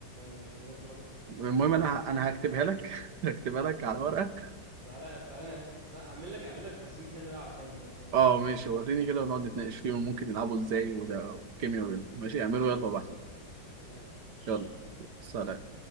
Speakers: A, on the right; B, on the right.
A: آه، ملناش دعوه بيه
B: المهم انا
A: <laughs>
B: انا هكتبها لك <laughs> هكتبها لك على ورقه
A: تعالى تعالى نعمل- هعمل لك هعمل لك تصميم حلو ده على كانفا والله دلوقتي
B: اه ماشي وريني كده ونقعد نتناقش فيهم ممكن يلعبوا ازاي وده والكيميا بينهم ماشي اعملوا يلا بعد
A: يلا ماشي
B: يلا
A: سلام
B: سلام